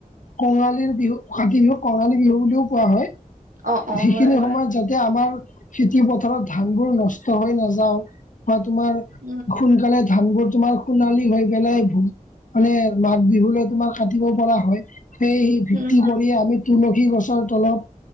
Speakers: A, on the left (about 65°); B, on the right (about 70°).
A: কঙালীৰ বিহু কাতি বিহুক কঙালী বিহু বুলিও কোৱা হয়।
B: অ', অ',
A: সিখিনি
B: হয়, হয়,
A: সময়ত যাতে আমাৰ খেতি পথাৰত ধানবোৰ নষ্ট হৈ নাযাও বা তোমাৰ
B: উম'
A: সোনকালে ধানবোৰ তোমাৰ সোণালী হৈ পেলাই মানে মাঘ বিহুলে তোমাৰ কাটিব পৰা হয় সেই
B: হুম,
A: ভিত্তি
B: হুম,
A: কৰি আমি তুলসী গছৰ তলত